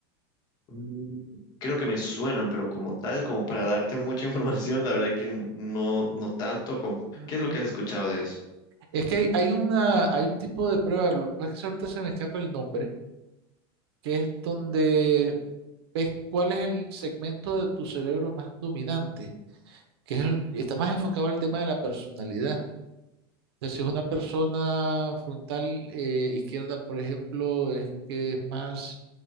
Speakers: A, on the left; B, on the right.
A: Mm, Creo que me suenan, pero como tal, como para darte mucha <laughs> información, la verdad que no, no tanto. como-
B: Ujú.
A: ¿Qué es lo que has escuchado de eso?
B: Es que hay, hay una, hay un tipo de prueba, lo que pasa es que ahorita se me escapa el nombre, que es donde ves cuál es el segmento de tu cerebro más dominante. que es el- está más enfocado al tema de la personalidad. O sea, si es una persona frontal eh, izquierda, por ejemplo, es que es más